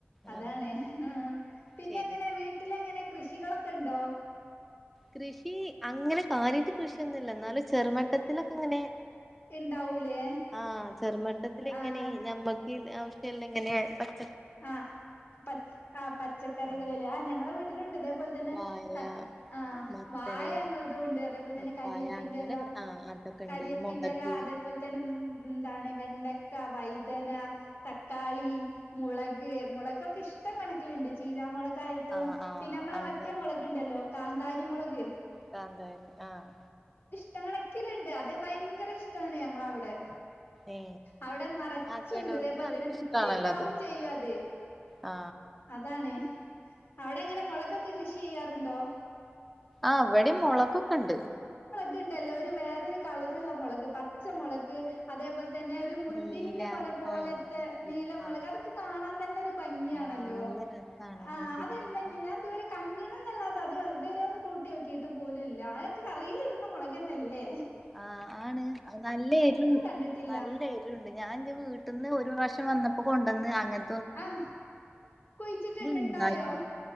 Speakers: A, on the left; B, in the centre.
A: അതാണ്
B: ആണോ
A: ആ പിന്നെ
B: ശരി
A: എങ്ങനെ വീട്ടിലെങ്ങനെ കൃഷികളൊക്കെ ഇണ്ടോ
B: കൃഷി അങ്ങനെ കാര്യാട്ട് കൃഷിയൊന്നുമില്ല എന്നാലും ചെറുമട്ടത്തിലൊക്കെ ഇങ്ങനെ
A: ഇണ്ടാവൂലേ
B: ആഹ് ചെറുമട്ടത്തി ലിങ്ങനെ
A: ആഹ്
B: ഞമ്മക്ക് ആവശ്യല്ല എങ്ങനെ <unintelligible>
A: ആ പച്ച് ആ പച്ചക്കറികള്
B: ആഹ്
A: ല്ലേ ആ ഞങ്ങള വീട്ടിലുണ്ട് ച്ചതേപോലെ തന്നെ
B: വായ
A: ത ആ
B: മത്തന്
A: വാഴ ഞങ്ങൾതും ഉണ്ട് അതേപോലെ
B: പപ്പായ
A: തന്നെ കരിയേപ്പിന്റെല
B: അങ്ങനെ കൊറേ ആ അതൊക്കെ
A: കരിയേപ്പിന്റെ
B: ഉണ്ട് മുളക്
A: എല അതേപോലെ തന്നെ ഉം എന്താണ് വെണ്ട ക്ക വൈ തന തക്കാളി മുളക് മുളകൊക്കെ ഇഷ്ടം കണക്കിലുണ്ട് ചീരാ മൊള ക്കായിട്ടും
B: ആ ആ ആ
A: പിന്നെ നമ്മളെ
B: അതെ
A: മറ്റേ മുളക്ണ്ടല്ലോ കാന്താരി മുളക്
B: കാന്താരി ആഹ്
A: ഷ്ട്ട കണക്കിലുണ്ട് അത് ഭയങ്കര ഇഷ്ടമാണ് ഞങ്ങളവിടെ
B: ഏ
A: അവിടെ നറച്ചുണ്ട്
B: ആ ചെലോൽക്ക്
A: അതേപോലെ
B: നല്ല
A: തന്നെ
B: ഇഷ്ടാണല്ലോ
A: തുറ്റുണ്ടാവും
B: അത്
A: ചെയ്യും അത്
B: ആ
A: അതാണ്. അവിടെ ഇങ്ങനെ മുളകൊക്കെ കൃഷി ചെയ്യാറുണ്ടോ?
B: ആ ഇവിടെയും മുളകൊക്കെ ഇണ്ട്.
A: കിണ്ടല്ലോ ഒരു വേറൊരു കളറ്ള്ള മുളക് പച്ചമുളക് അതേപോൽ ത്തന്നെ ഒരു മുന്തിരിന്റെ
B: നീല
A: കൊല പോലത്തെ
B: ആ മുന്തിരി.
A: നീലമുളക്
B: ആ
A: അതൊക്കെ കാണാൻ തന്നെ ഒരു ഭംഗിയാണല്ലോ.
B: ആ നല്ല രസാണ്
A: ആ
B: മുന്തിരി
A: അതെ
B: ഒക്കെ.
A: ഞാൻ ഇതുവരെ കണ്ട്ണ്ന്നല്ല പ്പത് ഇതുവരെ ഒന്ന് കൂട്ടി നോക്കി ട്ടു പോലു ഇല്ല ആക്കെ കറയിലിടണ മുളകന്നല്ലേ?
B: ആഹ് ആണ് നല്ല എരു
A: കണ്ടിട്ടില്ല
B: നല്ല എരുണ്ട് ഞാൻ എന്റെ വീട്ടിൽ നിന്ന് ഒരു പ്രാവശ്യം വന്ന പ്പൊ കൊണ്ടന്ന് അങ്ങൻ
A: ആഹ് കുഴിച്ചിട്ട്
B: ഇണ്ടായില്ല
A: ഇണ്ടായോ